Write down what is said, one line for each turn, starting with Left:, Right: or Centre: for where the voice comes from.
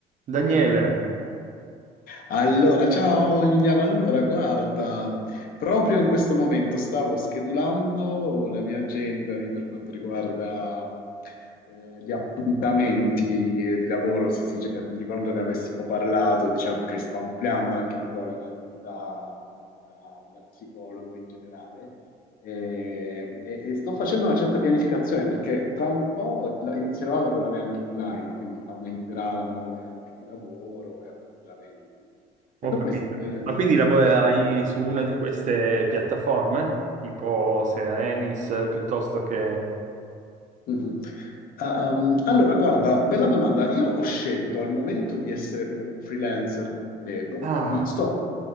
Right: Daniele,
Left: Allora, ciao Emiliano, allora guarda, proprio in questo momento stavo schedulando la mia agenda di- per quanto riguarda eh, gli appuntamenti eh, di lavoro, sì, sì, cioè, non ricordo ne avessimo parlato, diciamo che sto ampliando anche un po' la mia attività eh, da, da psicologo in generale. E, e- e sto facendo una certa pianificazione perché tra un po' la- inizierò a lavorare anche online, quindi aumenterà la mole anche di lavoro e appuntamenti. E
Right: ho
Left: tu
Right: capito.
Left: come, s- eh,
Right: Ma quindi lavorerai
Left: come stai?
Right: su una di queste piattaforme? Tipo sia Enis eh, piuttosto che...
Left: Mhm. Ehm, allora, guarda, bella domanda. Io ho scelto al momento di essere proprio un freelancer completo, quindi
Right: Ah,
Left: sto,